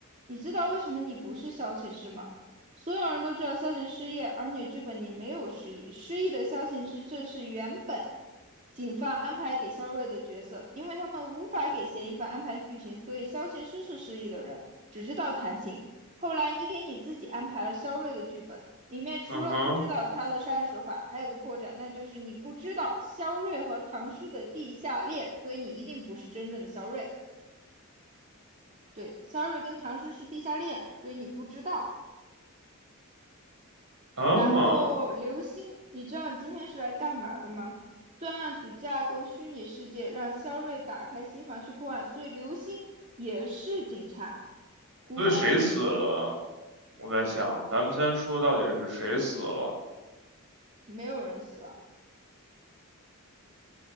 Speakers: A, on the right (about 35°); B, on the right (about 60°).
A: 你知道为什么你不是萧晴诗吗？所有人都知道萧晴失业，而你的剧本里没有失忆。失忆的萧晴诗正是原本警方安排给肖瑞的角色，因为他们无法给嫌疑犯安排剧情，所以萧晴诗是失忆的人，只知道弹琴。后来你给你自己安排了肖瑞的剧本，里面除了不知道他的杀人手法，
B: 嗯哼，
A: 还有个破绽，那就是你不知道肖瑞和唐诗的地下恋，所以你一定不是真正的肖瑞。对，肖瑞跟唐诗是地下恋，所以你不知道。
B: 哦，
A: 然后刘星，你知道你今天是来干嘛的吗？专案组架构虚拟世界，让肖瑞打开心房去破案，所以刘星也是警察。古风世纪
B: 所以谁死了？我在想，咱们先说到底是谁死了？
A: 没有人死啊，